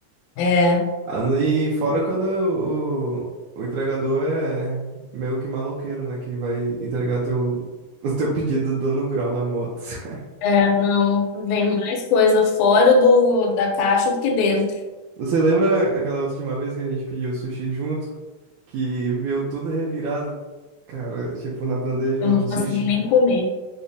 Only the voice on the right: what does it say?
Ah, E fora quando o, o entregador é meio que maloqueiro, né? Que vai entregar teu, <laughs> o teu pedido dando grau na moto. <laughs>
Você lembra aquela última vez que a gente pediu sushi junto? Que veio tudo revirado, cara, tipo, na bandeja
do
sushi.